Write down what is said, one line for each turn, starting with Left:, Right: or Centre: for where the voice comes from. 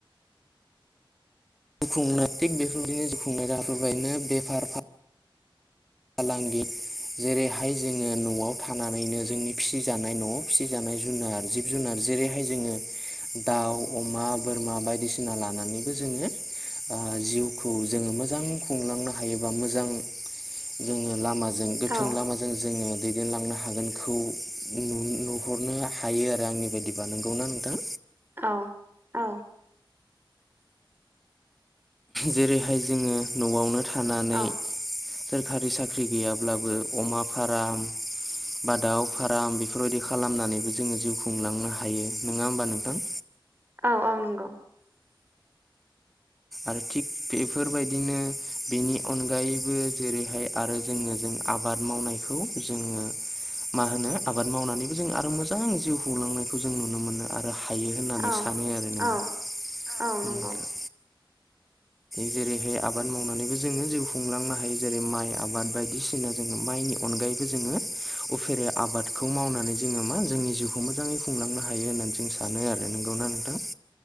Centre: खुंनो थिग बेफोरबायदिनो जिउ राहा फोरबायनो बेफार फालांगि जेरैहाय जोङो न'आव थानानैनो जोंनि फिसिजानाय न'आव फिसिजानाय जुनार जिब जुनार जेरैहाय जोङो दाउ अमा बोरमा बायदिसिना लानानैबो जोङो ओ जिउखौ जोङो मोजां खुंलांनो हायोबा मोजां। जोङो लामाजों गोथों
Right: औ
Centre: लामाजों जोङो दैदेनलांनो हागोनखौ जों नुनो हरनो हायो आरो आंनि बायदिबा नोंगौना नोंथां?
Right: औ औ
Centre: जेरैहाय जोङो न'आवनो थानानै
Right: औ
Centre: सोरखारि साख्रि गैयाब्लाबो अमा फाराम बा दाव फाराम बेफोरबायदि खालामनानैबो जोङो जिउ खुंलांनो हायो नङा होमबा नोंथां?
Right: औ औ नंगौ।
Centre: आरो थिग बेफोरबायदिनो बेनि अनगायैबो जेरैहाय आरो जोङो जों आबाद मावनायखौ जोङो मा होनो आबाद मावनानैबो जों आरो मोजां जिउ खुंलांनायखौ जों नुनो मोनो आरो हायो होननानै
Right: औ
Centre: सानो आरो नोंगौ
Right: औ औ नंगौ।
Centre: नोंथां जेरैहाय आबाद मावनानैबो जोङो जिउ खुंलांनो हायो जेरै माइ आबाद बायदिसि ना जोङो माइनि अनगायैबो जोङो उफेरे आबादखौ मावनानै जोङो मा जोंनि जिउखौ मोजाङै खुंलांनो हायो होननानै जों सान सानो आरो नोंगौना नोंथां <unintelligible> <unintelligible>